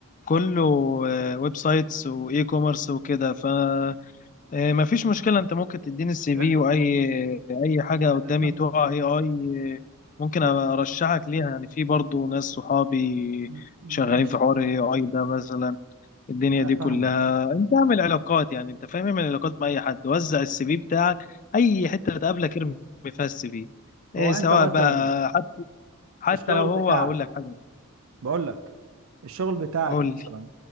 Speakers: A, on the left; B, on the right.
A: كله آه، ويب سايتس وإي كوميرس وكده فما فيش مشكلة أنت ممكن تديني السي
B: لا
A: في وأي أي حاجة
B: انا
A: قدامي
B: فاهم
A: تقع أي أي ممكن
B: يا
A: أبقى أرشحك ليها يعني في برضو ناس صحابي
B: م- ماشي
A: شغالين في حوار أي أي ده مثلا الدنيا
B: انا
A: دي كلها
B: فاهمك
A: أنت اعمل علاقات يعني أنت فاهم اعمل علاقات مع أي حد وزع السي في بتاعك أي حتة تقابلك ارمي فيها السي في إيه
B: هو انت
A: سواء
B: مثلا
A: بقى حتى
B: الشغل
A: لو هو
B: بتاعك
A: هقول لك حاجه
B: بقول لك الشغل بتاعك
A: قول لي
B: مثلا